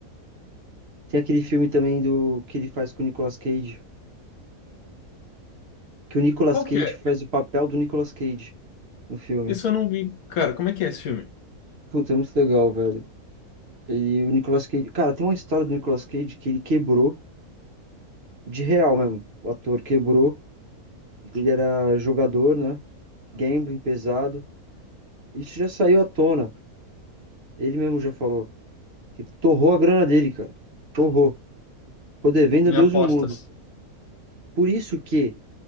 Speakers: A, on the right (about 50°); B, on the left (about 70°).
A: Tem aquele filme também do que ele faz com o Nicolas Cage. Que o Nicolas
B: Qual
A: Cage
B: que
A: faz o papel do Nicolas Cage no filme.
B: isso eu não vi. Cara, como é que é esse filme?
A: Puta, é muito legal, velho. E o Nicolas Cage. Cara, tem uma história do Nicolas Cage que ele quebrou, de real mesmo. O ator quebrou. Ele era jogador, né? Gambling pesado. Isso já saiu à tona. Ele mesmo já falou que torrou a grana dele, cara. Torrou. Ficou devendo
B: Me
A: a Deus
B: apostas.
A: e o mundo. Por isso que